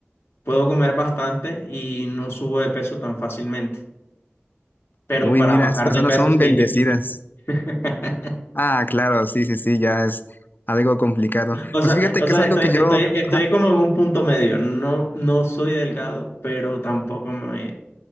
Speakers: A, on the left; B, on the left.
A: puedo comer bastante y no subo de peso tan fácilmente, pero
B: Uy,
A: para
B: mira,
A: bajar
B: esas personas
A: de peso
B: son
A: sí
B: bendecidas.
A: es difícil. <laughs>
B: Ah, claro, sí, sí, sí, ya es algo complicado.
A: O
B: Pues
A: sea,
B: fíjate
A: o
B: que
A: sea,
B: es algo
A: estoy,
B: que yo,
A: estoy, estoy
B: ajá,
A: como en un punto medio. No, no soy delgado, pero tampoco me